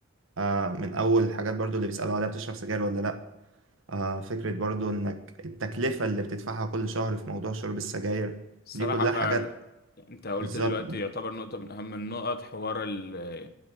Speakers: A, on the right; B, on the left.
A: آه من اول الحاجات برضو اللي بيسألوا عليها بتشرب سجاير ولا لا آه فكرة برضو انك التكلفة اللي بتدفعها كل شهر في موضوع شرب السجاير
B: الصراحة
A: دي كلها
B: فعلا
A: حاجات
B: انت قلت
A: بالظبط
B: دلوقتي يعتبر نقطة من اهم النقط حوار ال-